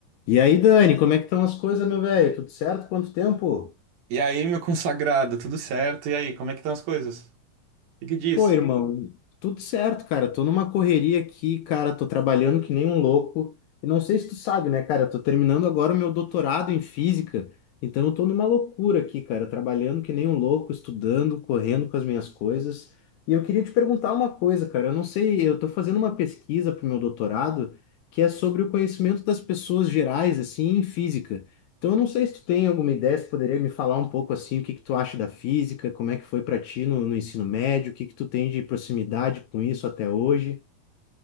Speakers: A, on the left; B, on the right.
A: E aí, Dani, como é que estão as coisas, meu velho? Tudo certo? Quanto tempo?
B: E aí, meu consagrado, tudo certo? E aí, como é que estão as coisas? O que que diz?
A: Pô, irmão, tudo certo, cara. Tô numa correria aqui, cara. Tô trabalhando que nem um louco. E não sei se tu sabe, né, cara? Eu tô terminando agora o meu doutorado em física. Então eu tô numa loucura aqui, cara. Trabalhando que nem um louco, estudando, correndo com as minhas coisas. E eu queria te perguntar uma coisa, cara. Eu não sei, eu tô fazendo uma pesquisa pro meu doutorado que é sobre o conhecimento das pessoas gerais, assim, em física. Então, eu não sei se tu tem alguma ideia, se poderia me falar um pouco assim, o que que tu acha da física, como é que foi para ti no, no ensino médio, o que que tu tem de proximidade com isso até hoje?